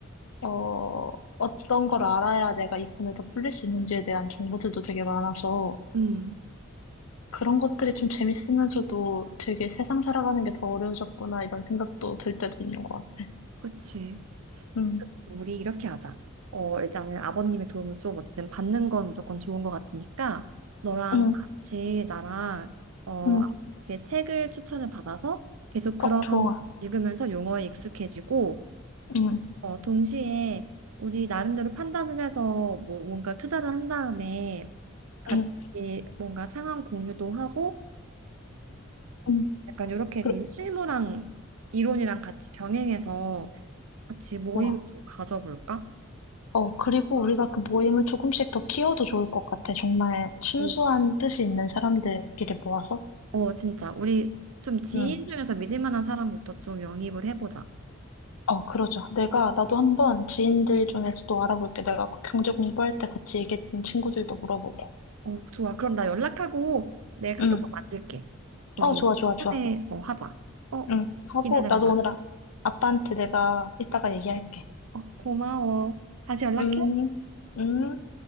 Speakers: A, on the left; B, on the right.
A: 어, 어떤 걸 알아야 내가 이 돈을 더 불릴 수 있는지에 대한 정보들도 되게 많아서,
B: 음,
A: 그런 것들이 좀 재밌으면서도 되게 세상 살아가는 게 더 어려워졌구나, 이런 생각도 들 때도 있는 것 같아.
B: 그치.
A: 응,
B: 우리 이렇게 하자. 어, 일단은 아버님의 도움을 좀 어쨌든 받는 건 무조건 좋은 것 같으니까 너랑
A: 응,
B: 같이 나랑 어,
A: 응.
B: 이렇게 책을 추천을 받아서 계속 그런
A: 어, 좋아.
B: <laughs> 읽으면서 용어에 익숙해지고
A: 응,
B: 어, 동시에 우리 나름대로 판단을 해서 뭐 뭔가 투자를 한 다음에 같이
A: 응,
B: 뭔가 상황 공유도 하고
A: 응.
B: 약간 이렇게
A: 그래,
B: 좀 실무랑 이론이랑 같이 병행해서 같이 모임
A: 좋아.
B: 좀 가져볼까?
A: 어, 그리고 우리가 그 모임을 조금씩 더 키워도 좋을 것 같아. 정말 순수한
B: 어,
A: 뜻이 있는 사람들끼리 모아서.
B: 어, 진짜. 우리 좀 지인
A: 응.
B: 중에서 믿을 만한 사람부터 좀 영입을 해보자.
A: 어, 그러자. 내가, 나도 한번 지인들 중에서도 알아볼게. 내가 그 경제 공부할 때 같이 얘기했던 친구들도 물어보고.
B: 어, 좋아. 그럼 나 연락하고 내 카톡방
A: 응.
B: 만들게. 거기
A: 어, 좋아, 좋아,
B: 초대,
A: 좋아.
B: 어, 하자. 어,
A: 응. 하고,
B: 기대된다.
A: 나도 오늘 아- 아빠한테 내가 이따가 얘기할게.
B: 어, 고마워. 다시 연락해.
A: 음, 음.